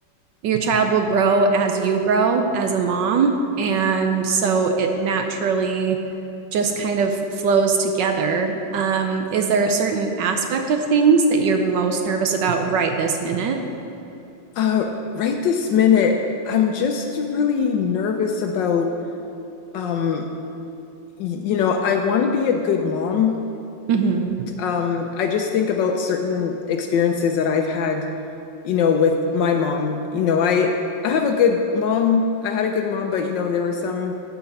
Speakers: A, on the right (about 70°); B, on the left (about 70°).
A: your child will grow as you grow as a mom. And so it naturally just kind of flows together. Um, is there a certain aspect of things that you're most nervous about right this minute?
B: uh, right this minute i'm just really nervous about um, y- you know i want to be a good mom
A: Mm-hmm.
B: Um, I just think about certain experiences that I've had, you know, with my mom. You know, I I have a good mom. I had a good mom, but you know, there were some